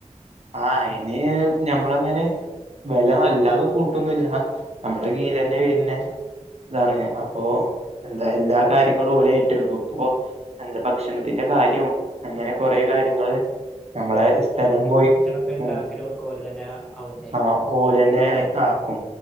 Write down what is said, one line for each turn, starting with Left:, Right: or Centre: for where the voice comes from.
Right: ആഹ് അയ്ന് ഞമ്മളങ്ങനെ വെല അല്ലാതെ കൂട്ടൊന്നു ഇല്ല. നമ്മടെ കീയിലന്നെ വര്ണെ ഇതാണ് അപ്പോ, എന്താ എല്ലാ കാര്യങ്ങളും ഓലേറ്റെടുക്കും. ഇപ്പൊ എന്ത ഭക്ഷണത്തിന്റെ കാര്യവും അങ്ങനെ കൊറേ കാര്യങ്ങള്, നമ്മളെ സ്ഥലം പോയി
Centre: ക്കെ ഇണ്ടാക്കലു
Right: ഉം
Centre: ഒക്കെ ഓല് തന്നെ ആവൂല്ലേ?
Right: ആ ഓലന്നെ ആക്കും.